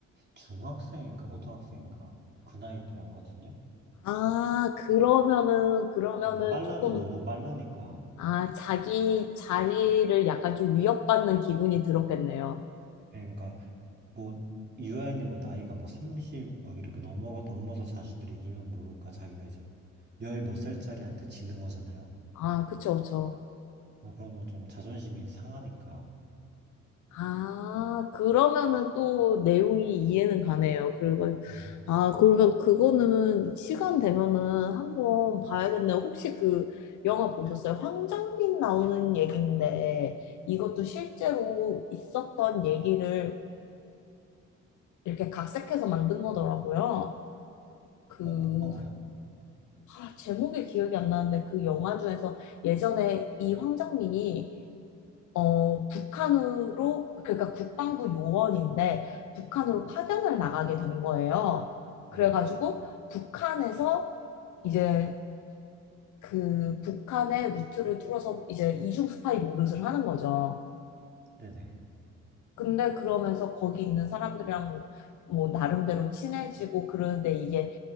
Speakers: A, on the right; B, on the left.
A: 중학생인가 고등학생인가 그 나이 때였거든요.
B: 아, 그러면은, 그러면은
A: 예, 빨라도
B: 조금,
A: 너무 빠르니까.
B: 아, 자기 자리를 약간 좀 위협받는 기분이 들었겠네요.
A: 예, 그러니까 뭐 유아인이 뭐 나이가 뭐 30 막 이렇게 넘어가 넘어서 자신을 이기면 모를까 자기가 이제 열 몇 살짜리한테 지는 거잖아요.
B: 아, 그쵸, 그쵸.
A: 어, 그러면 좀 자존심이 상하니까.
B: 아, 그러면은 또 내용이 이해는 가네요. 그리고,
A: 어,
B: 아, 그러면 그거는 시간 되면은 한번 봐야겠네요. 혹시 그 영화 보셨어요? 황정민 나오는 얘기인데 이것도 실제로 있었던 얘기를 이렇게 각색해서 만든 거더라고요. 그
A: 뭐 어떤 거요?
B: 아, 제목이 기억이 안 나는데 그 영화 중에서 예전에 이 황정민이 어, 북한으로 그러니까 국방부 요원인데 북한으로 파견을 나가게 된 거예요.
A: 네,
B: 그래가지고 북한에서 이제 그 북한의 루트를 뚫어서 이제 이중 스파이 노릇을 하는 거죠.
A: 네네.
B: 근데 그러면서 거기 있는 사람들이랑 뭐, 뭐 나름대로 친해지고 그러는데 이게